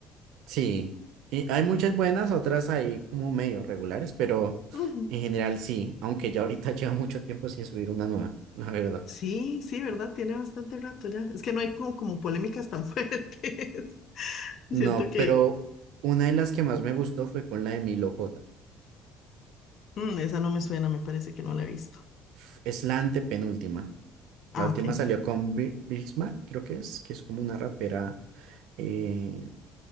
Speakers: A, on the right; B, on the left.
A: Sí, y hay muchas buenas, otras ahí como medio regulares, pero
B: Ujú.
A: en general sí, aunque ya ahorita <laughs> lleva mucho tiempo sin subir una nueva, la verdad.
B: Sí, sí, ¿verdad? Tiene bastante rato ya. Es que no hay como, como polémicas tan <laughs> fuertes. Siento
A: No,
B: que
A: pero una de las que más me gustó fue con la de Milo J.
B: mm, esa no me suena, me parece que no la he visto.
A: F- Es la antepenúltima. La
B: Ah,
A: última
B: ok.
A: salió con Bi- Bismarck, creo que es, que es como una rapera, eh,